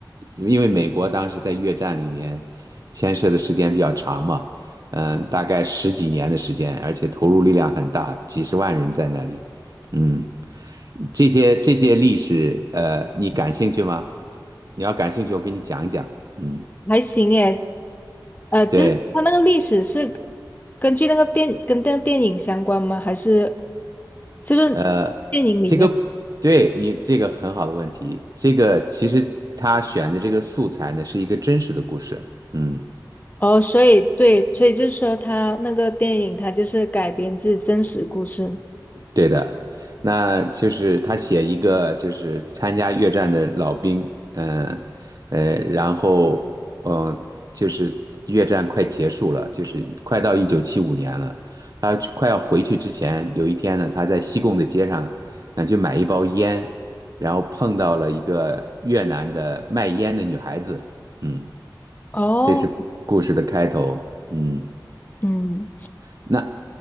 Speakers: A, on the right; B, on the left.
A: 因为美国当时在越战里面牵涉的时间比较长嘛，嗯、大概十几年的时间，而且投入力量很大，几十万人在那里，嗯。这些这些历史，呃，你感兴趣吗？你要感兴趣，我给你讲一讲。嗯，
B: 还行诶，呃，就是它那个历史是
A: 对，
B: 根据那个电跟电电影相关吗？还是是不是电影里面？
A: 呃，这个对你这个很好的问题。这个其实他选的这个素材呢，是一个真实的故事。嗯，
B: 哦，所以对，所以就是说它那个电影它就是改编自真实故事。
A: 对的，那就是他写一个就是参加越战的老兵，嗯呃，呃然后嗯、呃就是越战快结束了，就是快到一九七五年了，他快要回去之前，有一天呢，他在西贡的街上想去买一包烟，然后碰到了一个越南的卖烟的女孩子，嗯，
B: 哦，
A: 这是故事的开头，嗯。
B: 嗯，
A: 那